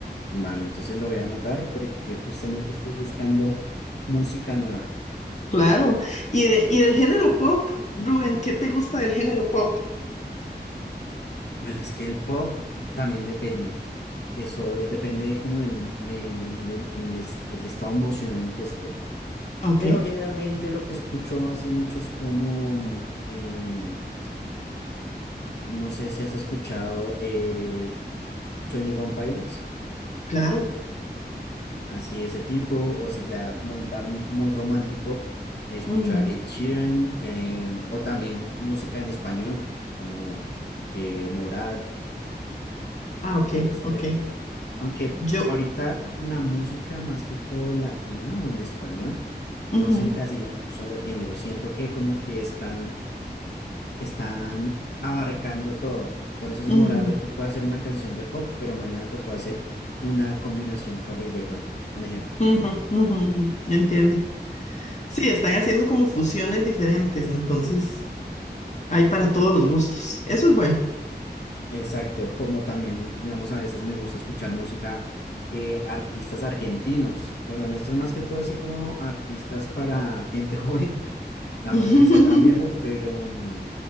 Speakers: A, on the left (about 70°); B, on the left (about 40°).
A: Vale, entonces lo voy a anotar porque justamente estoy buscando música nueva.
B: Claro.
A: Pues,
B: Y,
A: eh,
B: de- y del género pop, Rubén, ¿qué te gusta del género pop?
A: Bueno, es que el pop también depende. Eso eh, depende como del, de- del- del- en el, es- el estado emocional en el que esté.
B: Ok,
A: Pero generalmente lo que escucho así mucho es como, mm, em, no sé si has escuchado eh, twenty One Pilots,
B: claro.
A: así ese tipo, o si ya muy, par- muy romántico, escucho
B: Ujú.
A: a Ed Sheeran, em, o también música en español, como eh, Morat,
B: Ah, ok,
A: puede ser.
B: ok.
A: Aunque
B: Yo,
A: ahorita la música más que todo latina o en español, no
B: ujú,
A: se encasilla en un solo género, siento que como que están están abarcando todo. Entonces,
B: ujú,
A: Morat hoy te puede hacer una canción de pop, pero mañana te puede hacer una combinación con reggaeton, un ejemplo.
B: ujú, ujú, ujú. Entiendo. Sí, están haciendo como fusiones diferentes, entonces hay para todos los gustos. Eso es bueno.
A: Exacto, como también, digamos, a veces me gusta escuchar música, eh, artistas argentinos, que bueno, esto es más que todo así como artistas para gente <laughs> joven, tampoco
B: <laughs>
A: es que sea tan viejo, pero mm,